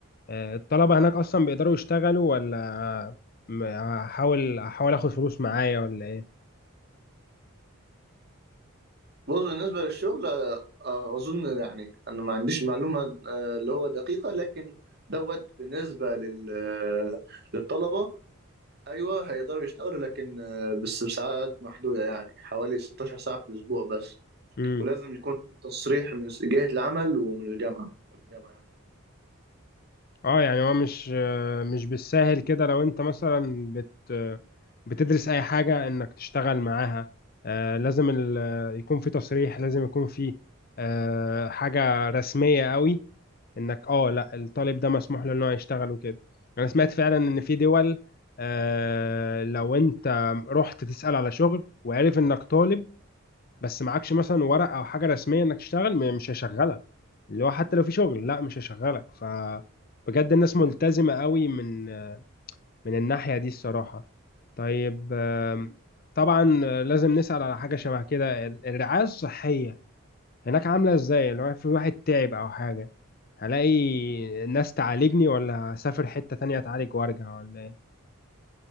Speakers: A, on the left (about 45°); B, on the right (about 45°).
A: آه، الطلبة هناك أصلا بيقدروا يشتغلوا ولا م- هحاول هحاول آخد فلوس معايا ولا إيه؟
B: بص بالنسبة للشغل آه، آه، اظن يعني انا ما عنديش معلومة آه، اللي هو دقيقة لكن دوت بالنسبة لل آه، للطلبة ايوه هيقدروا يشتغلوا لكن آه، بس بساعات محدودة يعني حوالي 16 ساعة في الاسبوع بس
A: مم.
B: ولازم يكون في تصريح من جهة العمل ومن الجامعة والجامعة يعني
A: أه يعني هو مش آه، مش بالساهل كده لو أنت مثلا بت آه، بتدرس أي حاجة إنك تشتغل معاها آه، لازم ال- آه، يكون في تصريح لازم يكون في آه، حاجة رسمية قوي إنك أه لأ الطالب ده مسموح له إن هو يشتغل وكده أنا سمعت فعلا إن في دول آه، لو أنت رحت تسأل على شغل وعرف إنك طالب بس معكش مثلا ورق او حاجه رسميه انك تشتغل م- مش هيشغلك اللي هو حتى لو في شغل لا مش هيشغلك ف بجد الناس ملتزمه قوي من من الناحيه دي الصراحه طيب آم، طبعا آه، لازم نسال على حاجه شبه كده ال- الرعايه الصحيه هناك عامله ازاي لو في واحد تعب او حاجه هلاقي ناس تعالجني ولا هسافر حته تانية اتعالج وارجع ولا ايه